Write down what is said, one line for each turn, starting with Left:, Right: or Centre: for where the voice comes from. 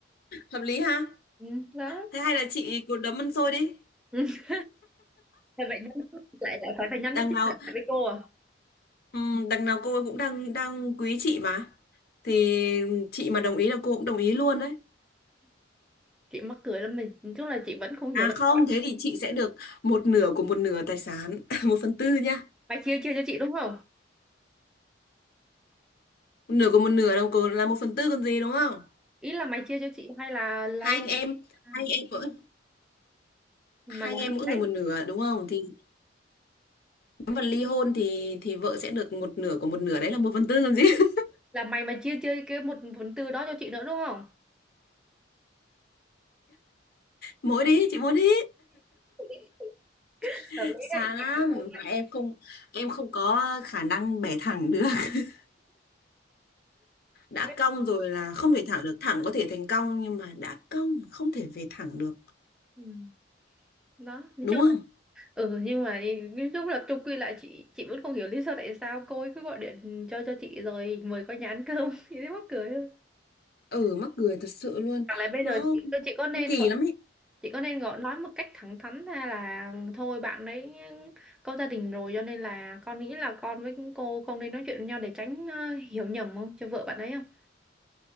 Left: hợp lý ha
Centre: ừ, đó
Left: thế hay là chị cứ đấm ăn xôi đi
Centre: <laughs> Thế vậy nhắn lại lại phải phải nhắn
Left: đằng
Centre: tin
Left: nào
Centre: lại với cô à <laughs>
Left: ừm, đằng nào cô ấy cũng đang đang quý chị mà thì chị mà đồng ý là cô cũng đồng ý luôn đấy
Centre: chị mắc cười lắm mình nói chung là chị vẫn không hiểu
Left: À
Centre: là
Left: không,
Centre: sao.
Left: thế thì chị sẽ được một nửa của một nửa tài sản, <laughs> một phần tư nha.
Centre: mày chia chia cho chị đúng không
Left: Một nửa của một nửa là còn- là một phần tư còn gì đúng không?
Centre: ý là mày chia cho chị hay là lấy
Left: Hai anh em,
Centre: à,
Left: hai anh em mỗi
Centre: mà
Left: hai
Centre: là
Left: anh
Centre: mày
Left: em mỗi người
Centre: lấy
Left: một nửa đúng không? Thì nếu mà ly hôn thì thì vợ sẽ được một nửa của một nửa đấy là một phần tư còn gì? <laughs>
Centre: là mày mà chia chia cái một phần tư đó cho chị nữa đúng không
Left: Mỗi đi, chị mỗi đi.
Centre: <laughs>
Left: <laughs>
Centre: hợp lý
Left: Xa
Centre: đấy
Left: lắm,
Centre: Cả không lại
Left: mà em không em không có khả năng bẻ thẳng được. <laughs> Đã
Centre: biết.
Left: cong rồi là không thể thẳng được, thẳng có thể thành cong nhưng mà đã cong không thể về thẳng được,
Centre: Ừ, đó nói
Left: đúng
Centre: chung
Left: không?
Centre: ừ nhưng mà đi- nói chung là chung quy lại chị chị vẫn không hiểu lý do tại sao cô ấy cứ gọi điện cho cho chị rồi mời qua nhà ăn cơm <laughs> chị thấy mắc cười thôi
Left: ừ mắc cười thật sự luôn
Centre: chẳng lẽ bây
Left: nó
Centre: giờ chị chị có nên
Left: nó kỳ
Centre: gọi
Left: lắm ấy
Centre: chị có nên gọi nói một cách thẳng thắn ra là thôi bạn ấy có gia đình rồi cho nên là con nghĩ là con với cô không nên nói chuyện với nhau để tránh ờ, hiểu nhầm không cho vợ bạn ấy không